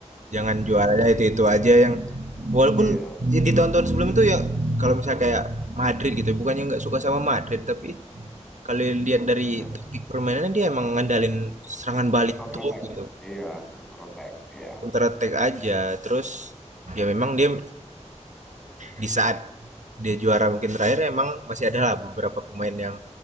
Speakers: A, on the right (about 80°); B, in the centre.
A: Jangan
B: Iya,
A: juaranya itu-itu aja yang walaupun
B: iya,
A: ya di tahun-tahun sebelum itu ya kalau misalnya kayak Madrid gitu, bukannya nggak suka sama Madrid tapi kalau lihat dari
B: ya.
A: taktik permainannya dia emang ngandalin serangan balik
B: Counter
A: tuh
B: attack.
A: gitu.
B: Iya, counter attack. Iya.
A: Counter attack aja. Terus ya memang dia di saat dia juara mungkin terakhir emang masih ada lah beberapa pemain yang